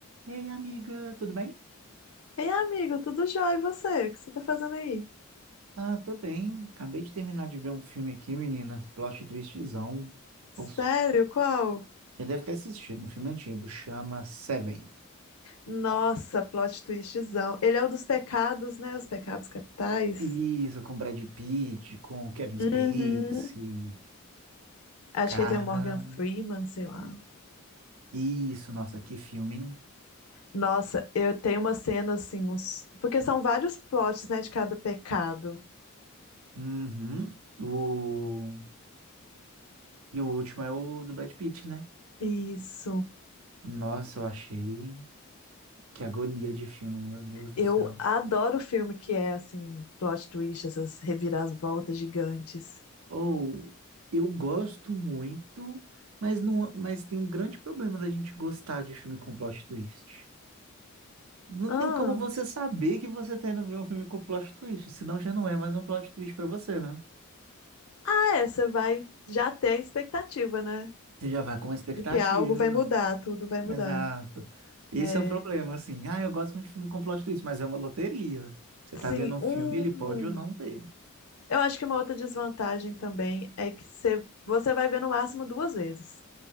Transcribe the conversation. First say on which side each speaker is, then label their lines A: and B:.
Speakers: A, on the right; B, on the left.
A: Ei, amiga, tudo bem?
B: Ei, amigo, tudo jóia? E você? O que você tá fazendo aí?
A: Ah, tô bem. Acabei de terminar de ver um filme aqui, menina. Plot twistzão. Puf,
B: Sério? Qual?
A: já deve ter assistido, um filme antigo, chama Seven.
B: Nossa, plot twistzão. Ele é o dos pecados, né? Os pecados capitais.
A: Isso, com Brad Pitt, com Kevin Spacey.
B: Uhum. Acho
A: Cara,
B: que ele tem o Morgan Freeman, sei lá.
A: isso, nossa, que filme, hein?
B: Nossa, eu tenho uma cena assim, uns... porque são vários plots, né, de cada pecado.
A: Uhum. O... E o último é o do Brad Pitt, né?
B: Isso.
A: Nossa, eu achei. Que agonia de filme, meu Deus do
B: Eu
A: céu.
B: adoro filme que é assim, plot twist, essas reviravoltas gigantes.
A: Ou eu gosto muito, mas não, mas tem um grande problema da gente gostar de filme com plot twist. Não
B: Ah,
A: tem como você saber que você tá indo ver um filme com plot twist, senão já não é mais um plot twist pra você, né?
B: ah, é, você vai já ter a expectativa, né?
A: Você já vai com uma expectativa.
B: de que algo vai mudar, tudo vai
A: Exato.
B: mudar.
A: Esse
B: É.
A: é o problema, assim. Ah, eu gosto muito de filme com plot twist, mas é uma loteria. Você
B: Sim,
A: tá vendo um
B: um.
A: filme, ele pode ou não ter.
B: Eu acho que uma outra desvantagem também é que você, você vai ver no máximo duas vezes.